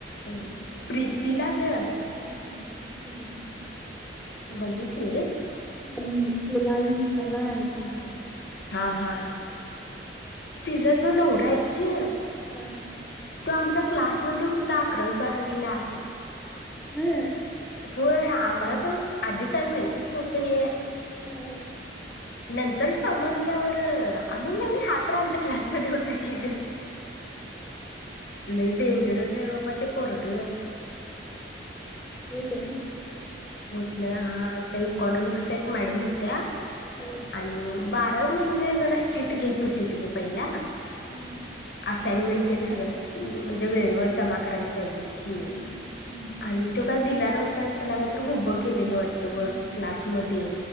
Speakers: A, on the left (about 65°); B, in the centre.
A: अ
B: अं,
A: प्रीतीला गं
B: होय बघितलंय मी.
A: बघितले.
B: हम्म ह्याला इन्स्टाला हाय ती
A: हा हा तिजा जो नवराय की
B: हा.
A: तो आमच्या क्लासमध्ये होता अकरावी बारावीला.
B: हां.
A: होय आम्हाला पण आधी काय माहितच नव्हतं हे
B: हां.
A: नंतर समजल्यावर आम्ही म्हणाली हा तर आमचा क्लासमध्ये होता की गं. लय डेंजरस हाय बाबा ते पोरगं
B: होय काय.
A: कुठल्या हा त्या इकॉनॉमिक्सच्या एक मॅडम होत्या.
B: हो.
A: आणि बारावी म्हणजे जरा स्ट्रीट घेत होतीत गं पयला
B: हम्म.
A: असाइनमेंट ते न सगळं म्हणजे
B: हा
A: वेळेवर
B: हा
A: जमा करायला पाहिजेत की.
B: हम्म हम्म
A: आणि तो काही दिला नव्हता, अन् त्याला काहीतरी हुभ केलेलं वाटतं व
B: हम्म
A: क्लासमध्ये.